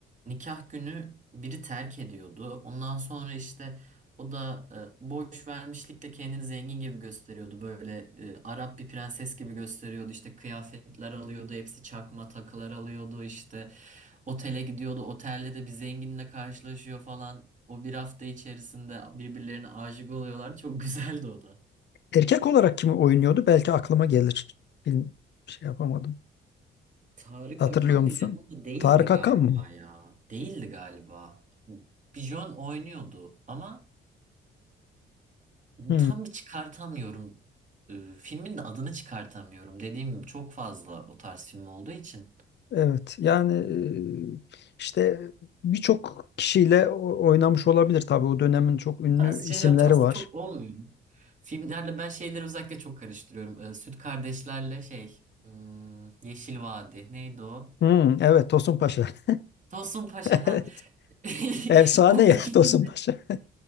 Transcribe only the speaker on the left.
Erkek olarak kimi oynuyordu? Belki aklıma gelir. Film şey yapamadım.
Hatırlıyor
musun?
Tarık
Akan mı?
Hmm.
Evet yani e, işte birçok kişiyle o- oynamış olabilir tabii o dönemin çok ünlü
isimleri
var.
Hmm, evet Tosun Paşa. <laughs>
Evet.
Efsane
ya
<laughs> Tosun
Paşa.